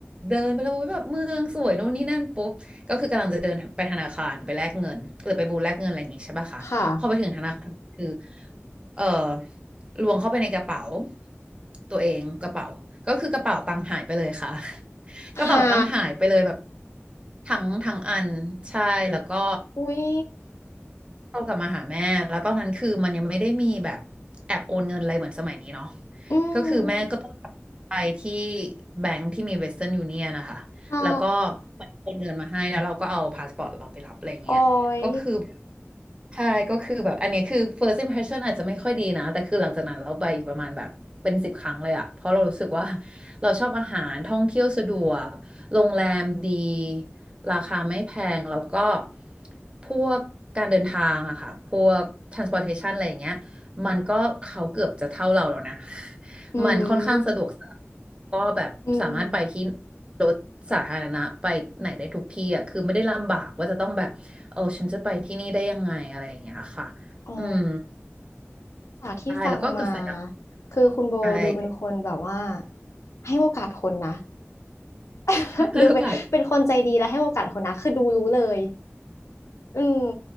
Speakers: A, on the right; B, on the left.
A: เดินไปแล้วแบบเมืองสวยโน่นนี่นั่นปุ๊บก็คือกำลังจะเดินไปธนาคารไปแลกเงินหรือไปบูธแลกเงินอะไรอย่างงี้ใช่ป่ะคะพอไปถึงธนาคารคือ
B: <laughs> ค่ะ
A: เออล้วงเข้าไปในกระเป๋าตัวเองกระเป๋าก็คือกระเป๋าตังค์หายไปเลยค่ะ <laughs> กระเป๋าตังค์หายไปเลยแบบ
B: หา
A: ทั้งทั้งอันใช่แล้วก็
B: อุ้ย
A: โตกลับมาหาแม่ แล้วตอนนั้นคือมันยังไม่ได้มีแบบแอบโอนเงินอะไรเหมือนสมัยนี้เนาะ
B: อื
A: ก็คือแม่ก็ต้อง
B: ม
A: ไปที่แบงก์ที่มีเวสเทิร์นยูเนียนนะคะ
B: ค่ะ
A: แล้วก็ไปโอนเงินมาให้ แล้วเราก็เอาพาสปอร์ตเราไปรับอะไรเงี้ยก็คือ
B: ออย
A: ใช่ก็คือแบบอันเนี้ยคือ first impression อาจจะไม่ค่อยดีนะแต่คือหลังจากนั้นเราไปอีกประมาณแบบเป็นสิบครั้งเลยอะเพราะเรารู้สึกว่าเราชอบอาหารท่องเที่ยวสะดวกโรงแรมดีราคาไม่แพงแล้วก็พวกการเดินทางอะค่ะพวก transportation อะไรอย่างเงี้ยมันก็เขาเกือบจะเท่าเราแล้วนะ
B: อื
A: มันค่อนข้างสะดวกสบาย
B: ม
A: ก็แบบสามารถไปที่
B: อืม
A: รถสาธารณะไปไหนได้ทุกที่อ่ะคือไม่ได้ลำบากว่าจะต้องแบบเออฉันจะไปที่นี่ได้ยังไงอะไรอย่างเงี้ยค่ะ
B: อ๋อ
A: อืม
B: จากที่ฟังมา
A: ใช่แล้วก็กาแฟ
B: คือคุณโบดูเป็นคนแบบว่า
A: ใช่
B: ให้โอกาสคนนะ <laughs>
A: ให้โอกาส
B: ดูเป็นเป็นคนใจดีและให้โอกาสคนนะคือดูรู้เลยอืม